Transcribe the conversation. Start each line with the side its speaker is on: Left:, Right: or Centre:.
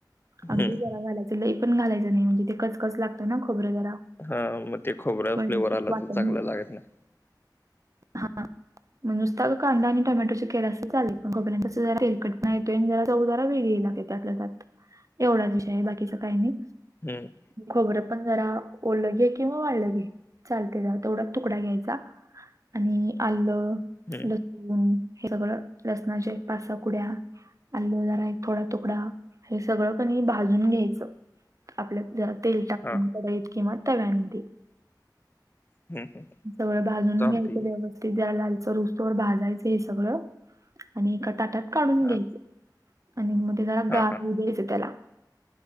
Left: हम्म
Right: अगदी जरा घालायचं लई पण, घालायचं नाही म्हणजे ते, कचकस लागतय ना खोबरं जरा.
Left: हा मग ते खोबऱ्या
Right: व्यवस्थित
Left: फ्लेवर आला
Right: वाटण
Left: तर चांगला लागत नाही.
Right: हा. हा. मग नुसता अगं कांदा आणि टोमॅटोचे केलास चालतय पण, खोबऱ्यान जरा तेलकटपणा येतोय आणि जरा चव वेगळी लाग त्यात, त्यात एवढाच विषय आहे. बाकीच काही नाही.
Left: हम्म..
Right: खोबरं पण जरा ओलं घे किंवा वाळं घे चालते जरा तेवढाच तुकडा घ्यायचा. आणि आलं,
Left: हम्म
Right: लसूण हे सगळं लसणाचे पाच सहा कुड्या. आल्ल जरा एक थोडा तुकडा हे सगळं कनई भाजून घ्यायचं. आपल्यात जरा तेल टाकून
Left: हा
Right: कडाईत किंवा तव्यामधे.
Left: <unintelligible>
Right: सगळं भाजून
Left: चालतंय
Right: घ्यायचं
Left: की
Right: व्यवस्थि ते जरा, लालसर होउस्तोवर भाजायचं हे सगळं. आणि एका ताटात काढून
Left: हा
Right: घ्यायचं. आणि मग ते जरा
Left: हा
Right: गार
Left: हा
Right: होऊ द्यायचं त्याला,